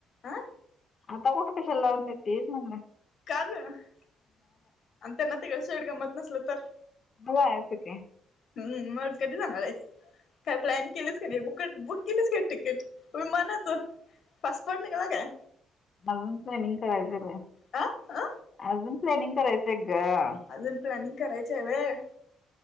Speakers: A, on the left; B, on the left.
A: आह
B: आता कठ काेशलवरण य तेज म्ह
A: काज अंत ना ते का शडग मत नसल तर
B: हला आहेसक
A: हम् मग कधी जामलाय काय प्लॅन केलंच का नाही ब बुक केलंस का तिकीट प मनत फस पड निघला काय
B: अजून प्लॅनिंग करायचं बया
A: अ अ
B: अजून प्लॅनिंग करायचंय ग
A: अजून प्लॅनिंग करायच आहे व